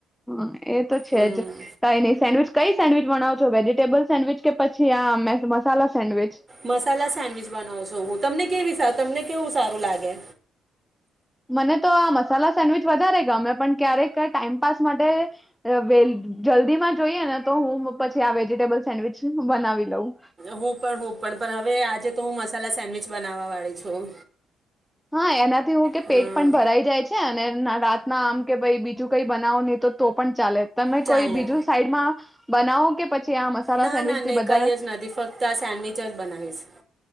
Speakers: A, in the centre; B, on the right (about 30°).
A: હ એ તો છે
B: હમ
A: જ કઈ ન સેન્ડવીચ કઈ સેન્ડવીિચ બવો છો વેજીિટેબલ સેન્ડવીચ કે પછી આ મસાલા સેન્ડવીચ.
B: મસાલા સેન્ડવીચ બનાવશો હું તમને કેવી તમને કેવું સારું લાગે?
A: મને તો આ મસાલા સેન્ડવીચ વધારે ગમે પણ ક્યારેક ટાઈમપાસ માટે વ જલ્દીમાં જોઈએ ને તો હું પછી આ વેજીિટેબલ સેન્ડવીચ બનાવી લઉં.
B: હું પણ હું પણ પણ હવે આજે તો હું મસાલા સેન્ડવીચ બનાવવા વાળી છું.
A: હા એનાથી હું કે
B: હા
A: પેટ પણ ભરાઈ જાય છે અને રા ના આમ કે ભાઈ બીજું કઈ બનાવો નહી તો પણ ચાલે. તમે
B: ચાલે
A: કોઈ બીજું સાઈડમાં બનાઓ કે પછી આ મસાલા
B: ના
A: સેન્ડવીચથી
B: ના નહી
A: બધા
B: કઈ જ નથી ફક્ત આ સેન્ડવચ જ બનાવીશ.